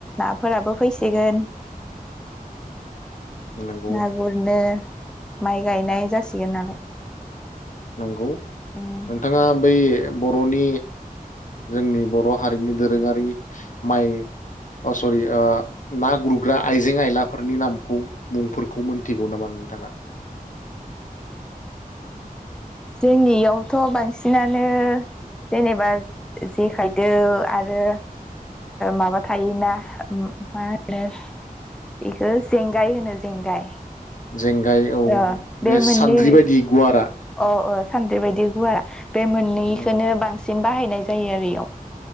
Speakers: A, in the centre; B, on the left.
A: नाफोराबो फैसिगोन
B: नंगौ
A: ना गुरनो माइ गायनाय जासिगोन नालाय
B: नोंगौ
A: उम
B: नोंथाङा बै बर'नि जोंनि बर' हारिनि दोरोङारि माइ अ सरि ओ ना गुरग्रा आइजें आयलाफोरनि नामखौ मुंफोरखौ मोनथिगौ नामा नोंथाङा?
A: जोंनि इयावथ' बांसिनानो जेनेबा जेखाइदो आरो माबा थायोना मा होनो बेखो जेंगाय होनो जेंगाय
B: जेंगाय औ
A: ओ
B: बे
A: मोननै
B: सान्द्रि बायदि गुवारा
A: अ अ सानद्रि बायदि गुवारा बे मोननैखोनो
B: उम
A: बांसि सिन बाहायनाय जायो आरो इयाव।